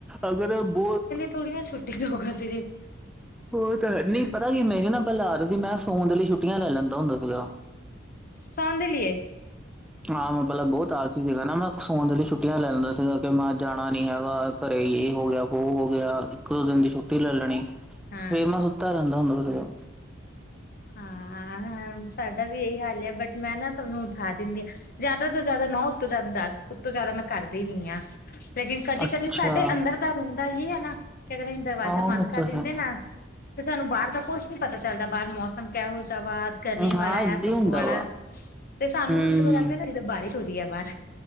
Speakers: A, in the centre; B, on the left.
A: ਅਗਰ ਬਹੁਤ
B: ਥੋੜੀਆਂ ਛੁੱਟੀਆਂ ਹੋਗਾ ਸਿਰਿਫ
A: ਉਹ ਤਾਂ ਹੈ, ਨਹੀਂ ਪਤਾ ਕੀ ਆ, ਮੇਰੀ ਨਾ ਪੈਲਾਂ ਆਦਤ ਸੀ, ਮੈਂ ਸੋਣ ਦੇ ਲਈ ਛੁੱਟੀਆਂ ਲੈ ਲੈਂਦਾ ਹੁੰਦਾ ਸੀਗਾ।
B: ਸੌਣ ਦੇ ਲੀਏ।
A: ਹਾਂ ਮੈਂ ਪਹਿਲਾਂ ਬਹੁਤ ਆਲਸੀ ਸੀਗਾ ਨਾ ਮੈਂ ਸੌਣ ਦੇ ਲਈ ਛੁੱਟੀਆਂ ਲੈ ਲੈਂਦਾ ਸੀਗਾ ਕਿ ਮੈਂ ਜਾਣਾ ਨੀ ਹੈਗਾ। ਘਰੇ ਯੇ ਹੋ ਗਿਆ, ਵੋ ਹੋ ਗਿਆ, ਇੱਕ ਦੋ ਦਿਨ ਦੀ ਛੁੱਟੀ ਲੈ ਲੈਣੀ।
B: ਹਾਂ
A: ਫਿਰ ਮੈਂ ਸੁੱਤਾ ਰਹਿੰਦਾ ਹੁੰਦਾ ਸੀਗਾ।
B: ਹਾਂ-ਆਂ ਸਾਡਾ ਵੀ ਏਈ ਹਾਲ ਆ, ਬਟ ਮੈਂ ਨਾ ਸਭਨੂੰ ਠਾ ਦਿੰਦੀ ਆ, ਜਿਆਦਾ ਤੋਂ ਜ਼ਿਆਦਾ ਨੌ ਉਤੋਂ ਜ਼ਿਆਦਾ ਦਸ, ਉਤੋਂ ਜ਼ਿਆਦਾ ਮੈਂ ਕਰਦੀ ਨੀ ਆ। ਲੇਕਿਨ ਕਦੀ
A: ਅੱਛਾ
B: ਕਦੀ ਸਾਡੇ ਅੰਦਰ ਦਾ ਰੂਮ ਦਾ ਯੇ ਐ ਨਾ ਕਿ ਅਗਰ ਅਸੀਂ ਦਰਵਾਜ਼ਾ
A: ਹਾਂ ਉਹ
B: ਬੰਦ ਕਰ
A: ਤਾਂ ਹੈ।
B: ਦਿੰਦੇ ਨਾ, ਫੇਰ ਸਾਨੂੰ ਬਾਹਰ ਦਾ ਕੁਛ ਨੀ ਪਤਾ ਚੱਲਦਾ, ਬਾਰ ਮੌਸਮ ਕਿਹੋ ਜਿਹਾ ਵਾ, ਗਰਮੀ ਵਾਲਾ
A: ਹਾਂ ਏਦਾਂ
B: ਆ, ਧੁੱਪ
A: ਹੀ ਹੁੰਦਾ
B: ਵਾਲਾ।
A: ਵਾ
B: ਤੇ ਸਾਨੂੰ
A: ਹੂੰ।
B: ਅੰਦਰੋਂ ਲੱਗਦਾ ਨਾ ਜਿੱਦਾਂ ਬਾਰਿਸ਼ ਧੂ ਰੀ ਆ ਬਾਰ।